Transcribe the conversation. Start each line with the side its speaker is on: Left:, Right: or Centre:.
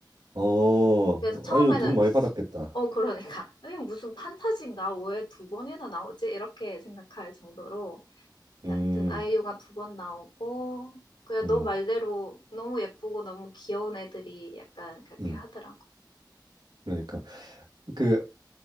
Right: 어,
Left: 그래서 처음에는
Right: 아이유 돈 많이 받았겠다.
Left: 어 그러니까 <laughs> 이게 무슨 판타지인가 왜 두 번이나 나오지? 이렇게 생각할 정도로 하여튼
Right: 음.
Left: 아이유가 두 번 나오고 그냥
Right: 음.
Left: 너 말대로 너무 예쁘고 너무 귀여운 애들이 약간 그렇게
Right: 음,
Left: 하더라고.
Right: 그러니까 그